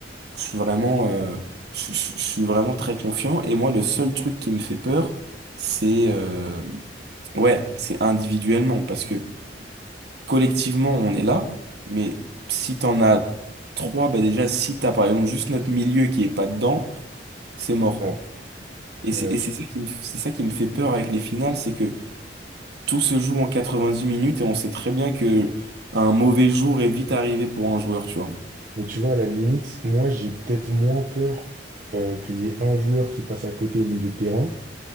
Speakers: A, on the right (about 65°); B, on the right (about 50°).
A: je suis vraiment, euh, je, je- je suis vraiment très confiant, et moi, le seul truc qui me fait peur, c'est euh, ouais, c'est individuellement, parce que collectivement, on est là, mais si t'en as trois, bah déjà, si t'as par exemple juste notre milieu qui est pas dedans, c'est mort.
B: Ouais,
A: Et c'est
B: ouais,
A: et
B: je
A: c'est
B: suis d'accord.
A: ça qui me, c'est ça qui me fait peur avec les finales, c'est que tout se joue en 90 minutes et on sait très bien que un mauvais jour est vite arrivé pour un joueur, tu vois.
B: Mais tu vois, à la limite, moi, j'ai peut-être moins peur euh, qu'il y ait un joueur qui passe à côté au milieu de terrain